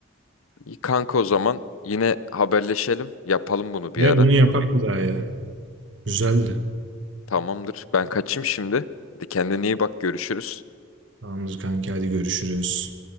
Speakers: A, on the left; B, on the right.
A: İyi Kanka o zaman yine haberleşelim. Yapalım bunu bir
B: Ve
A: ara.
B: bunu yapak bir daha ya. Güzeldi.
A: Tamamdır. Ben kaçayım şimdi. Hadi kendine iyi bak. Görüşürüz.
B: Tamamdır kanki hadi görüşürüz.